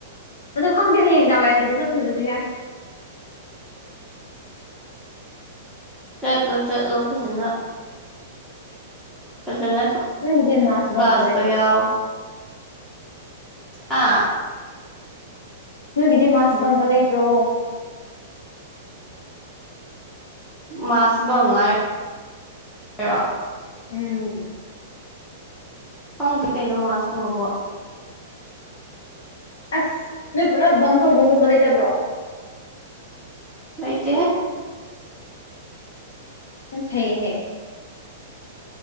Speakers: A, on the left (about 70°); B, in the centre.
A: ꯑꯗꯣ ꯈꯪꯗꯦ ꯍꯌꯦꯡ ꯗꯥꯎ ꯌꯥꯗ꯭ꯔꯗꯤ ꯆꯠꯈꯤꯕꯁꯨ ꯌꯥꯏ <inaudible>
B: ꯆꯠꯂꯣ ꯆꯠꯂꯣ ꯐꯖꯅ ꯐꯖꯅ
A: ꯅꯣꯏꯒꯤꯗꯤ ꯃꯥꯔꯁ
B: ꯀ꯭ꯂꯥꯁꯇꯣ
A: ꯕꯪꯒ ꯂꯩꯇ꯭ꯔꯣ
B: ꯌꯥꯎ ꯍꯥ
A: ꯅꯣꯢꯒꯤꯗꯤ ꯃꯥꯁꯕꯪꯒ ꯂꯩꯇ꯭ꯔꯣ
B: ꯃꯥꯁ ꯕꯪ ꯍꯥꯏꯔꯣ
A: ꯎꯝ
B: ꯈꯪꯗꯦ ꯀꯩꯅꯣ ꯃꯥꯁ ꯕꯪ ꯑꯕꯣ
A: ꯑꯁ ꯅꯣꯏ ꯄꯨꯂꯞ ꯕꯪ ꯇꯧꯕꯒꯨꯝꯕ ꯂꯩꯇꯕ꯭ꯔꯣ
B: ꯂꯩꯇꯦꯍꯦ
A: ꯌꯥꯝ ꯐꯩꯌꯦꯅꯦ